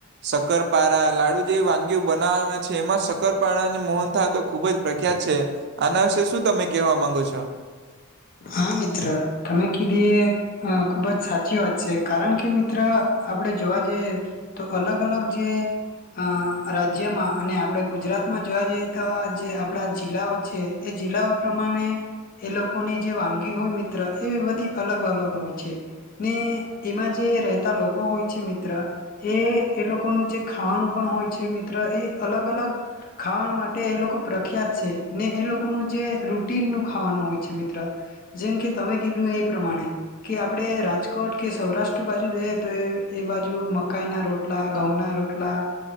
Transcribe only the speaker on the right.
શકરપારા, લાડુ જેવી વાનગીઓ બના આવે છે. એમાં સક્કરપારાને મોહનથાળ તો ખૂબ જ પ્રખ્યાત છે. આના વિશે શું તમે કહેવા માંગો છો?